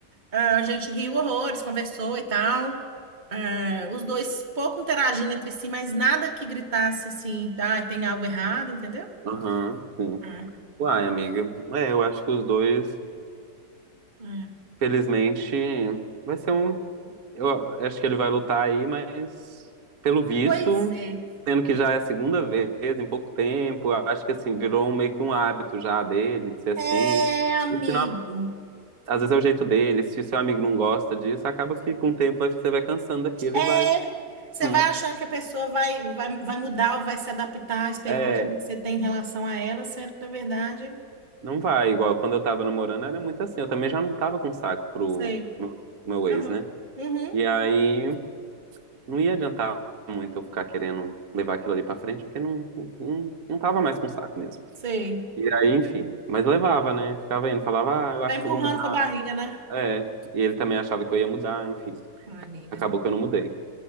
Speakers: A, on the right (about 30°); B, on the right (about 60°).
A: ah, a gente riu horrores, conversou e tal. Ah, os dois pouco interagindo entre si, mas nada que gritasse assim, ah, tem algo errado, entendeu?
B: Aham, sim.
A: É,
B: Uai, amiga. É, eu acho que os dois,
A: é.
B: felizmente, vai ser um. Eu acho que ele vai lutar aí, mas pelo visto,
A: Pois é.
B: sendo que já é a segunda vez em pouco tempo, eu acho que assim, virou um- meio que um hábito já dele, de ser assim.
A: É, amigo.
B: E se não- às vezes é o jeito dele, se o seu amigo não gosta disso, acaba que com o tempo vai- você vai cansando daquilo
A: É,
B: e vai.
A: você
B: Hum.
A: vai achando que a pessoa vai, vai, vai mudar ou vai se adaptar à expectativa
B: É,
A: que você tem em relação a ela, sendo que, na verdade,
B: Não vai, igual quando eu tava namorando era muito assim. Eu também já não tava com saco pro
A: sei.
B: meu, meu ex,
A: Aham.
B: né?
A: Uhum.
B: E aí não ia adiantar muito eu ficar querendo levar aquilo ali pra frente, porque não, não, não tava mais com saco mesmo.
A: Sei.
B: E aí, enfim. Mas levava, né? Ficava indo, falava, ah, eu acho
A: Vai empurrando
B: que eu vou mudar.
A: com a barriga, né?
B: É. E ele também achava que eu ia mudar, enfim.
A: Ai, nega,
B: Acabou
A: não.
B: que eu não mudei.